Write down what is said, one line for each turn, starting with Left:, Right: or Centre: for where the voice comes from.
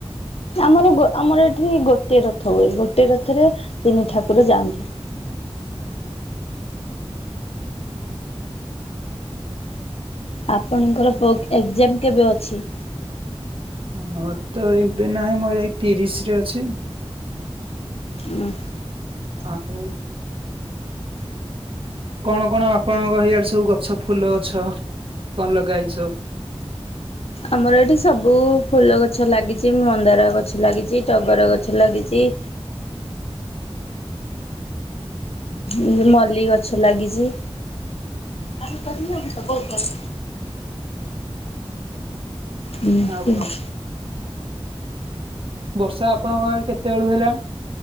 Left: ଆମର ଗୋ -ଆମର ଏଠି ଗୋଟେ ରଥ ହୁଏ ଗୋଟେ ରଥରେ ତିନି ଠାକୁର ଯାଆନ୍ତି।
Right: ଉ ହୁଁ।
Left: ଆପଣଙ୍କର ପୋ - ଏକଜାମ୍ କେବେ ଅଛି?
Right: ମୋର ତ ଏବେ ନାହିଁ ମୋର୍ ଯାଇ ତିରିଶ ରେ ଅଛି।
Left: ଉଁ।
Right: ଆଉ। କଣ କଣ ଆପଣଙ୍କ ହେଇଆଡେ ସବୁ ଗଛ ଫୁଲ ଗଛ କଣ ଲଗାହେଇଚି ସବୁ?
Left: ଆମର ଏଠି ସବୁ ଫୁଲ ଗଛ ଲାଗିଚି ମନ୍ଦାର ଗଛ ଲାଗିଚି ଟଗର ଗଛ ଲାଗିଚି ଉଁ -ମଲ୍ଲି ଗଛ ଲାଗିଚି। ଆଗ ତଖନବୁଷ ବହୁତ <inaudible> ହୁଁ
Right: ଆଉ
Left: -ହୁଁ।
Right: କଣ? ବର୍ଷା ଆପଣଙ୍କ ଆଡେ କେତେଏଳୁ ହେଲାଣି?